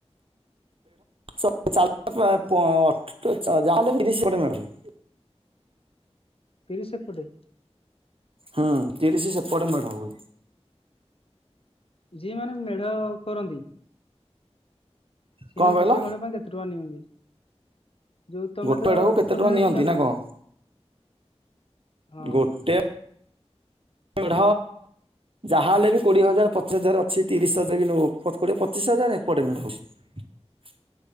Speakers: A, on the right (about 55°); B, on the left (about 55°).
A: <inaudible> ଯାହା ହେଲେ ବି ତିରିଶ ଚାଳିଶ ମେଢ ହୁଏ।
B: ତିରିଶ ଏପଟେ?
A: ହୁଁ ତିରିଶ ସେପଟେ ମେଢ ହୁଏ।
B: ଯିଏ ମାନେ ମେଢ କରନ୍ତି? ସେମାନେ
A: କଣ କହିଲ
B: ଗୋଟେ ମେଢ ପାଇଁ କେତେ ଟଙ୍କା ନିଅନ୍ତି? ଯୋଉ ତମେ
A: ଗୋଟେ
B: ତ
A: ମେଢକୁ କେତେ
B: ତମେ
A: ଟଙ୍କା
B: ସେପଟେ
A: ନିଅନ୍ତି
B: ମିଶନ
A: ନା
B: ନାହିଁ?
A: କଣ?
B: ହଁ
A: ଗୋଟେ ମେଢ ଯାହାହଲେ ବି କୋଡିଏ ହଜାର ପଚିଶ ହଜାର ଅଛି ତିରିଶ ହଜାର ବି ନ କୋଡିଏ ପଚିଶ ହଜାର ଏପଟେ ହଉଚି। <unintelligible>